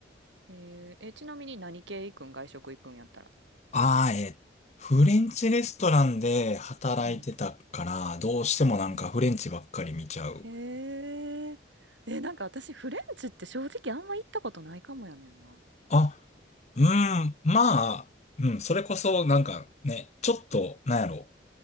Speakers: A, on the right (about 75°); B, on the left (about 35°).
A: えーえ、ちなみに何系行くん外食行くんやったら。
B: ああ、えフレンチレストランで働いてたから、
A: うん
B: どうしてもなんかフレンチばっかり見ちゃう。
A: うんうん。へえ。え、なんか私フレンチって正直あんま行ったことないかもやねんな。
B: あ、うん、まあ、うん、それこそなんかね、ちょっと、なんやろ、